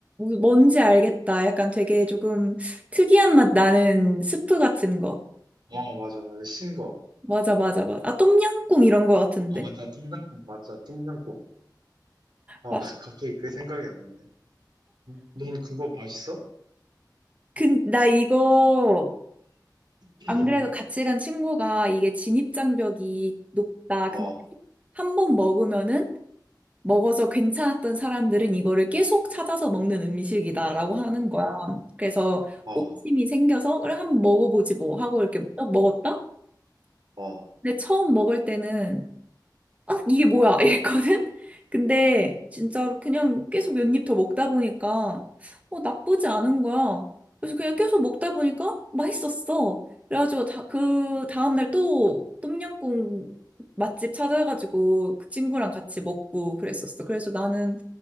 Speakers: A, on the right; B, on the right.
A: 뭔지 알겠다. 약간 되게 조금 특이한 맛 나는 스프 같은 거.
B: 어, 맞아, 맞아. 신 거.
A: 맞아, 맞아, 맞아. 아, 똠양꿍 이런 거 같은데.
B: 아, 맞다. 뚱장국. 맞아, 뚱장국. 어,
A: 맞아.
B: <laughs> 갑자기 그 생각이 안 났네. 넌 그거 맛있어?
A: 근, 나 이거,
B: 음.
A: 안 그래도 같이 간 친구가 이게 진입장벽이 높다. 근데
B: 아,
A: 한 번 먹으면은, 먹어서 괜찮았던 사람들은 이거를 계속 찾아서 먹는 음식이다라고 하는 거야. 그래서
B: 아,
A: 호기심이 생겨서, 그래, 한번 먹어보지 뭐 하고 이렇게 딱 먹었다?
B: 아.
A: 근데 처음 먹을 때는 아, 이게 뭐야? <laughs> 이랬거든? 근데 진짜로 그냥 계속 몇 입 더 먹다 보니까 어, 나쁘지 않은 거야. 그래서 그냥 계속 먹다 보니까 맛있었어. 그래가지고 다, 그 다음날 또 똠양꿍 맛집 찾아가지고 그 친구랑 같이 먹고 그랬었어. 그래서 나는